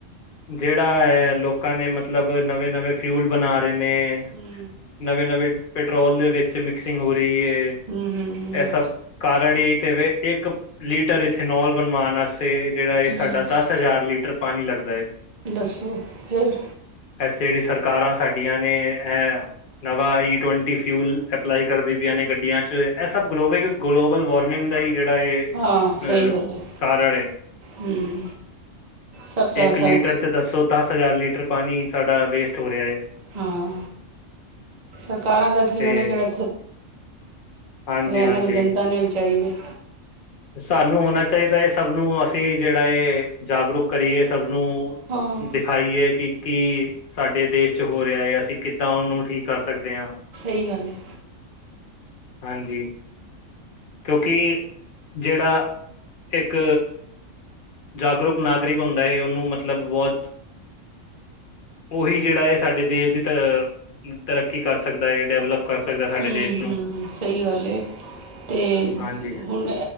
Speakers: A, on the left (about 50°); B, on the right (about 40°).
A: ਜਿਹੜਾ ਹੈ ਲੋਕਾਂ ਨੇ ਮਤਲਬ ਨਵੇਂ ਨਵੇਂ ਫਿਊਲ ਬਣਾ ਨੇ
B: ਹੂੰ
A: ਨਵੇਂ ਨਵੇਂ ਪੈਟਰੋਲ ਦੇ ਵਿੱਚ ਮਿਕਸਿੰਗ ਹੋ ਰ ਇਹ
B: ਹੂੰ ਹੂੰ ਹੂੰ
A: ਸ ਕਾਰਨ ਇਹੀ ਤੇੇ ਇੱਕ ਲੀਟਰ ਇਥੇ ਨੋਲ ਬਣਵਾਨ ਵਾਸਤੇ ਜਿਹੜਾ ਹੈ
B: ਹੂੰ
A: ਸਾਡਾ ਦਸ ਹਜ਼ਾਰ ਲੀਟਰ ਪਾਣੀ ਲੱਗਦਾ ਹੈ
B: ਦੱਸੋ ਫਿਰ
A: ਐਸੇ ਜਿਹੜੀ ਸਰਕਾਰਾਂ ਸਾਡੀਆਂ ਨੇ ਹੈ ਨਵਾਂ ਈ ਟਵੰਟੀ ਫਿਊਲ ਅਪਲਾਈ ਕਰਦੀ ਪਈਆਂ ਨੇ ਗੱਡੀਆਂ ਚ ਇਹ ਸਭ ਗਲੋਬਲ ਗਲੋਬਲ ਵਾਰਮਿੰਗ ਦਾ ਹੀ <unintelligible>
B: ਹਾਂ ਸਹੀ ਗੱਲ ਹੈ
A: ਕਰਨ ਏ
B: ਹੂੰ ਸਭ ਚੱਲ
A: ਇੱਕ
B: ਸਰ
A: ਲੀਟਰ ਚ ਦੱਸੋ ਦਸ ਹਜ਼ਾਰ ਲੀਟਰ ਪਾਣੀ ਸਾਡਾ ਵੇਸਟ ਹੋ ਰਿਹਾ ਹੈ
B: ਹਾਂ ਸਰਕਾਰਾਂ ਦਾ ਕੀ
A: ਤੇ
B: ਉਹ ਨੇ ਕਿਹੜਾ
A: ਹਾਂਜੀ
B: ਰਿਆਣ
A: ਹਾਂਜੀ
B: ਤਾਂ ਜਨਤਾ ਨੇ ਵਿਚਾਰੀ ਨੇ
A: ਸਾਨੂੰ ਹੋਣਾ ਚਾਹੀਦਾ ਹੈ ਸਭ ਨੂੰ ਅਸੀਂ ਜਿਹੜਾ ਹੈ ਜਾਗਰੂਕ ਕਰੀਏ ਸਭ ਨੂੰ
B: ਹਾਂ
A: ਦਿਖਾਈਏ ਕਿ ਕੀ ਸਾਡੇ ਦੇਸ਼ ਚ ਹੋ ਰਿਹਾ ਹੈ ਅਸੀਂ ਕਿੱਦਾਂ ਉਹਨੂੰ ਠੀਕ ਕਰ ਸਕਦੇ ਹਾਂ
B: ਸਹੀ ਗੱਲ ਹੈ।
A: ਹਾਂਜੀ। ਕਿਉਂਕਿ ਜਿਹੜਾ ਇੱਕ ਜਾਗਰੂਕ ਨਾਗਰਿਕ ਹੁੰਦਾ ਹੈ ਉਹਨੂੰ ਮਤਲਬ ਬਹੁਤ ਉਹੀ ਜਿਹੜਾ ਹੈ ਸਾਡੇ ਦੇਸ਼ ਦੀ ਤ ਤਰੱਕੀ ਕਰ ਸਕਦਾ ਹੈ ਡਿਵੈਲਪ ਕਰ ਸਕਦਾ ਸਾਡੇ
B: ਹਮ,
A: ਦੇਸ਼
B: ਹਮ
A: ਨੂੰ
B: ਸਹੀ ਗੱਲ। ਤੇ
A: ਹਾਂਜੀ
B: ਹੁਣ